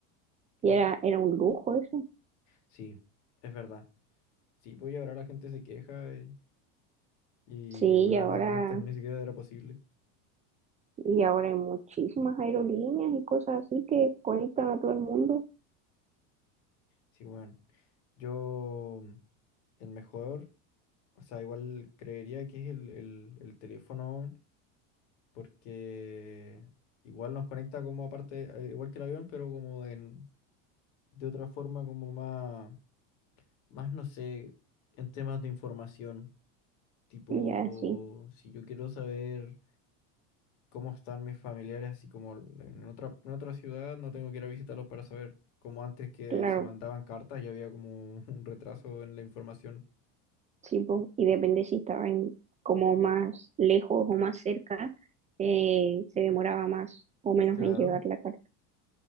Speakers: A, on the right (about 20°); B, on the left (about 70°).
A: Y
B: Y-
A: era, era un lujo eso.
B: Sí, es verdad. Sí, pues y ahora la gente se queja eh, y,
A: Sí,
B: weón,
A: y ahora,
B: a- antes ni siquiera era posible.
A: y ahora hay muchísimas aerolíneas y cosas así que conectan a todo el mundo.
B: Sí, weón. Yo, mm, el mejor, o sea, igual creería que es el, el, el teléfono, weón, porque igual nos conecta como aparte, eh, igual que el avión, pero como en de otra forma como más, más no sé, en temas de información. Tipo,
A: Ya, sí,
B: si yo quiero saber cómo están mis familiares, así como l- en otra, en otra ciudad, no tengo que ir a visitarlos para saber. Como antes que
A: claro,
B: se mandaban cartas y había como <laughs> un retraso en la información.
A: sí, pu. Y depende si estaba en- como más lejos o más cerca, eh, se demoraba más o menos
B: Claro,
A: en llegar la carta.